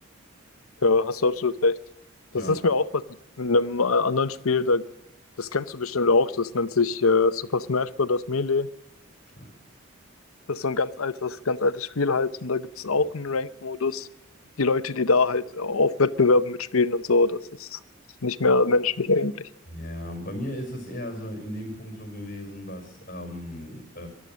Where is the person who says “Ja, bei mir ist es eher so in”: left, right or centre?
Left